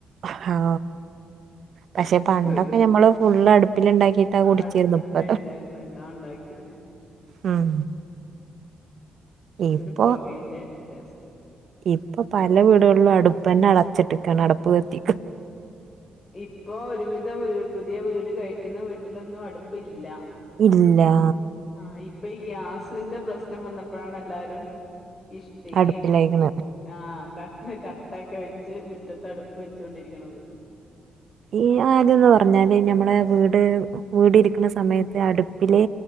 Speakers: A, on the right (about 60°); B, on the left (about 30°).
A: ആഹാ പക്ഷെ പണ്ടൊക്കെ
B: ഒരു
A: ഞമ്മള് ഫുള് അടുപ്പിൽ ഉണ്ടാക്കിട്ടാ
B: ആഹ്
A: കുടിച്ചിരുന്നു
B: അടുപ്പത്ത്
A: ഇപ്പത്ത
B: തന്നെ അല്ലായിരുന്നു എല്ലാം ഉണ്ടാക്കിയിരുന്നെ
A: ഉം ഇപ്പൊ
B: ഒരു പോകേന്റെ ടേസ്റ്റ്
A: ഇപ്പൊ പല വീടുകളിലും അടുപ്പ് തന്നെ അടച്ചിട്ടക്കാണ് അടുപ്പ് കത്തി
B: ഇപ്പോ ഒര് വിധം പുതിയവീട് കയറ്റുന്ന വീട്ടിലൊന്നും അടുപ്പില്ല.
A: ഇല്ലാ
B: ആഹ് ഇപ്പൊ ഈ ഗ്യാസിന്റെ പ്രശ്നം വന്നപ്പഴാണ് എല്ലാരും ഇഷ്ട്ടികേം
A: അടുപ്പിലായിക്കണ്
B: ആഹ് കത്ത് ക ട്ടക്കെ വെച്ച് മുറ്റത്ത്ടുപ്പ് വെച്ചോണ്ടിരിക്കണത്.
A: ഈ ആദ്യംന്ന് പറഞ്ഞാല് ഞമ്മള് വീട് വീടിരിക്കണ സമയത്ത് അടുപ്പില്